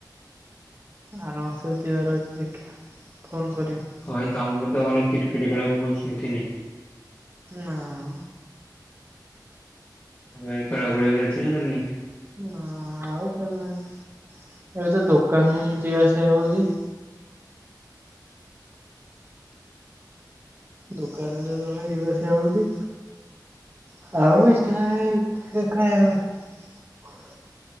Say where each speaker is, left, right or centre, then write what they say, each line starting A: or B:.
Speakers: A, on the right (about 35°); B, on the left (about 40°).
A: ଆର ମାସ ଯିବାର ଅଛି ଦେଖିଆ ଫୋନ କରିବି।
B: ହ ଭାଇ ତମ ବି ତ ଭଲ କ୍ରିକେଟ ଖେଳ ମୁଁ କଣ ଶୁଣିଥିନି।
A: ନାଁ।
B: ଉ ଭାଇ ଖେଳ ଖୁଳିଆ ବି ଚାଲିଚି ନା ଚାଲିନେଇଁ?
A: ନା ଆଉ ଖେଳୁନାଇଁ। ଏବେ ତ ଦୋକାନ ଯିବା ଆସିବା ହଉଚି। ଦୋକାନରେ ଯ ଭଳି ଯିବାସିବା ହଉଚି। <unintelligible>